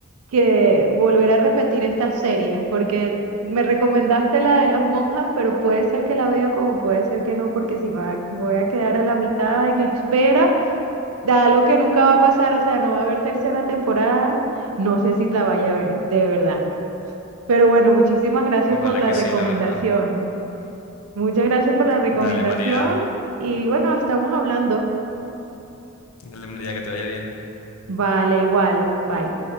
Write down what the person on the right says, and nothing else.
que volver a repetir estas series, porque me recomendaste la de las monjas, pero puede ser que la vea como puede ser que no, porque si me va- voy a quedar a la mitad en espera de algo que nunca va a pasar, o sea, no va a haber tercera temporada, no sé si la vaya a ver, de verdad. Pero bueno, muchísimas gracias
por la
recomendación.
Muchas gracias por la recomendación
y bueno, estamos hablando.
Vale, igual. Bye.